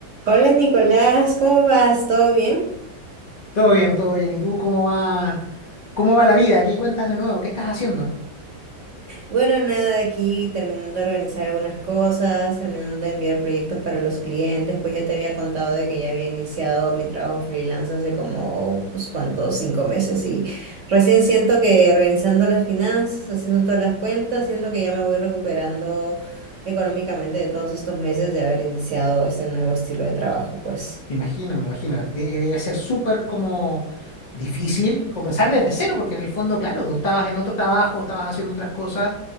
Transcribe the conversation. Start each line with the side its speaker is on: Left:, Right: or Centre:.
Right: Hola Nicolás, ¿cómo vas? ¿Todo bien?
Left: Todo bien, todo bien. ¿Y tú cómo va, cómo va la vida? ¿Qué cuentas de nuevo? ¿Qué estás haciendo?
Right: Bueno, nada, aquí terminando de organizar algunas cosas, terminando de enviar proyectos para los clientes, pues ya te había contado de que ya había iniciado mi trabajo freelance hace como unos cuantos, cinco meses y recién siento que organizando las finanzas, haciendo todas las cuentas, siento que ya me voy recuperando económicamente de todos estos meses de haber iniciado ese nuevo estilo de trabajo, pues.
Left: Me imagino, me imagino. De- Debe ser súper como difícil comenzar desde cero, porque en el fondo, claro, tú estabas en otro trabajo, estabas haciendo otras cosas